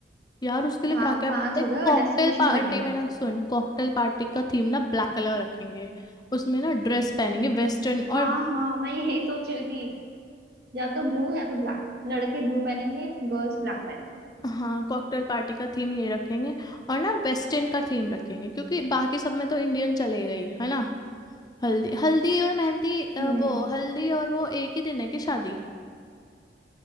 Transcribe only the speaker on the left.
यार उसके लिए
क्या क्या
एक
कॉकटेल
पार्टी
में ना सुन कॉकटेल पार्टी का थीम ना ब्लैक कलर रखेंगे उसमें ना ड्रेस पहनेंगे वेस्टर्न और
हाँ कॉकटेल पार्टी का थीम ये रखेंगे और ना वेस्टर्न का थीम रखेंगे क्योंकि बाकी सब में तो इंडियन चलेगा ही है ना हल्दी हल्दी और मेहंदी अ,
वो हल्दी और वो एक ही दिन है कि शादी